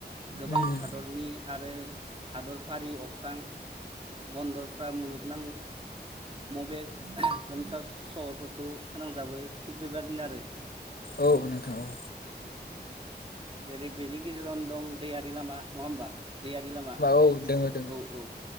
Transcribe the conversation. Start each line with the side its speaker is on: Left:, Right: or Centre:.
Right: गोबां
Left: उम
Right: हादरनि आरो हादरफारि अख्रां बन्दरफ्रा मुलुगनां मबे लोमसार सहरफोरखौ फोनांजाबो थिग बेबादिनो आरो
Left: औ नोंथां औ।
Right: जेरै बेनि गेजेरावनो दं दैयारि लामा नङा होमबा? दैयारि लामा
Left: औ दोङो दोङो
Right: औ औ।